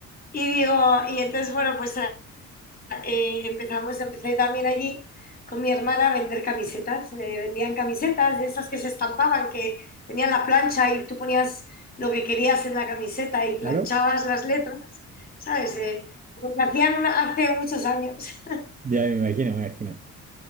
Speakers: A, on the left (about 30°); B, on the right (about 25°).
A: Y digo, y entonces, bueno, pues eh, empezamos, empecé también allí con mi hermana a vender camisetas. Eh, vendían camisetas de esas que se estampaban, que tenían la plancha y tú ponías lo que querías en la camiseta y planchabas
B: ¿Claro?
A: las letras, ¿sabes? Eh, lo que hacían una- hace muchos años. <laughs>
B: Ya me imagino, me imagino.